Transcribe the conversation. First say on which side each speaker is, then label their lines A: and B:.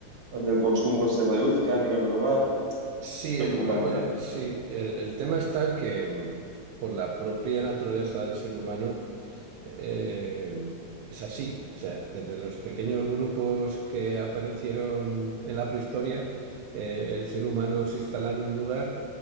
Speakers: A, on the right; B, on the right.
A: donde el consumo se reduzca a nivel global.
B: Sí,
A: Es preocupante,
B: el problema,
A: ¿eh?
B: sí,
A: <laughs>
B: el, el tema está en que mm, por la propia naturaleza del ser humano, Eh, es así, o sea, desde los pequeños grupos que aparecieron en la prehistoria, eh, el ser humano se instala en un lugar,